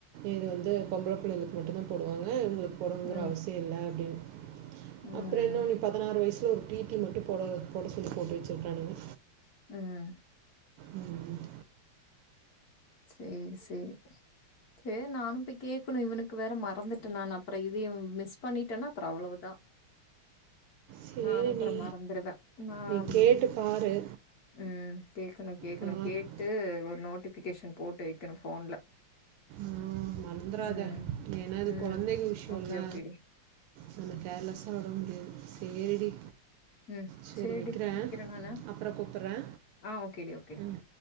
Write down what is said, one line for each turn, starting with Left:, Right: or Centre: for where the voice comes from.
Right: இது வந்து பொம்பள புள்ளைகளுக்கு மட்டுதா போடுவாங்க இவங்களுக்கு போடுனுங்கிற
Left: ம்,
Right: அவசிய இல்ல அப்டீன்னு
Left: ம்,
Right: அப்பறென்ன இவனுக்கு பதனாறு வயசுல ஒரு டி டி மட்டு போட போட சொல்லி போட்டு வச்சிருக்கானுங்க
Left: ம்
Right: ம் ம்
Left: சேரி சேரி சேர் நானும் போய் கேக்கணு இவனுக்கு வேற மறந்துட்டே நானு அப்பற இதயு மிஸ் பண்ணிட்டேன்னா அப்பற அவ்வளவுதா
Right: சரி
Left: நானு அப்பற
Right: நீ
Left: மறந்துருவே நா
Right: நீ
Left: ம்
Right: கேட்டு பாரு
Left: ம் கேக்கணு கேக்கணு
Right: பார்த்து
Left: கேட்டு ஒரு நோட்டிஃபிகேஷன் போட்டு வைக்கணு ஃபோன்ல
Right: ம் மறந்துராத
Left: ம்,
Right: ஏன்னா இது
Left: ம்.
Right: கொழந்தைங்க விஷ்யோல்ல
Left: ஓகே, ஓகேடி.
Right: நம்ம கேர்லஸ்ஸா விட முடியாது சேரிடி
Left: ம்.
Right: சேரி
Left: சரிடி
Right: வெக்கிறே
Left: வைக்கிறேன் நானு.
Right: அப்ற கூப்புற்றே
Left: ஆ, ஓகேடி, ஓகேடி.
Right: ம்